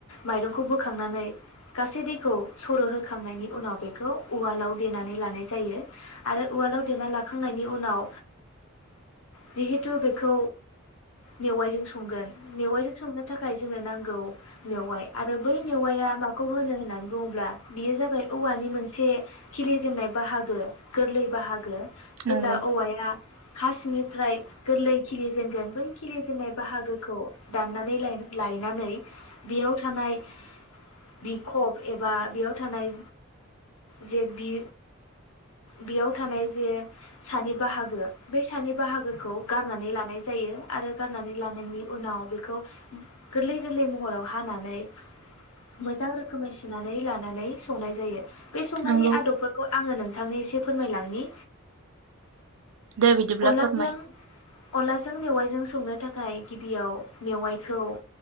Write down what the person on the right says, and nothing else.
नंगौ
नंगौ
दे बिदिब्ला
फोरमाय